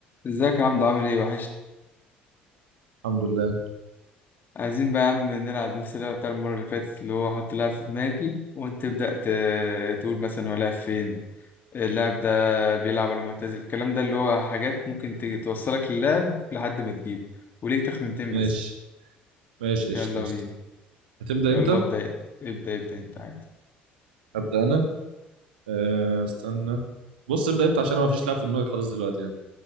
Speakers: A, on the left; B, on the right.
A: ازيك يا عبدو عامل ايه وحش
B: الحمد لله
A: عايزين بقى يا عم نلعب نفس اللعبة بتاع المرة اللي فاتت اللي هو احط لاعب في دماغي وانت تبدأ ت- تقول مثلا هو لاعب فين اللاعب ده بيلعب ولا معتزل الكلام ده اللي هو حاجات ممكن ت- توصلك للاعب لحد ما تجيبه وليك تخمينتين
B: ماشي
A: بس
B: ماشي
A: يلا
B: قشطة قشطة
A: بينا
B: هتبدأ
A: يلا
B: أنت
A: ابدأ انت ابدأ ابدأ انت عادي
B: هبدأ أنا أه استنى بص ابدأ أنت عشان ما فيش لاعب في دماغي خالص دلوقتي يعني